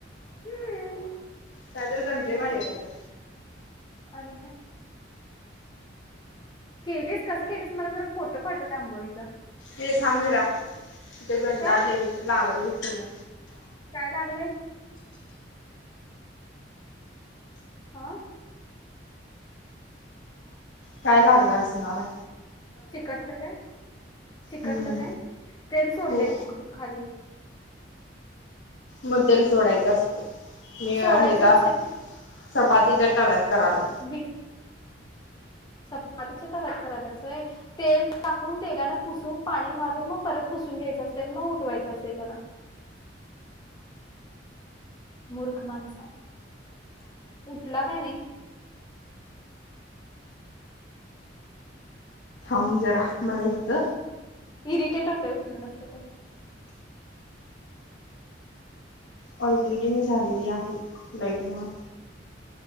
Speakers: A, on the left; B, on the left.
A: हम्म
B: काय तर घंणलंय
A: आणि काय
B: माझ्याकड
A: आणि काय केलीस कसं केलीस मला जरा फोटो पाठव त्या आंबोळीचा.
B: ये थांब जरा इथे गंडालय
A: का
B: इथं लागलंय सगळं.
A: काय लागलंय? हा.
B: काय लागलं असणार हाय.
A: चिकटलं काय चिकटलं
B: हम्म
A: काय तेल सोडले
B: हो
A: चिंकू खाली.
B: मं तेल सोडायचं असतं मी ह्याच्या
A: सोडायचं नसतं
B: चपातीच्या टव्यात करालोय.
A: बिड. चपातीच्या तव्यात करालीयास होय. तेल टाकून तेलाने पुसून पाणी मारून मग परत पुसून घ्यायचं असतयं आणि मग उठवायचं असतयं त्याला. <inaudible> मूर्ख माणसा उठला काय नाही?
B: म जरा मला येतं.
A: इरिटेटता उठलं नसत का?
B: ऑलरेडी मी झालेली आहे लाईट मुळं.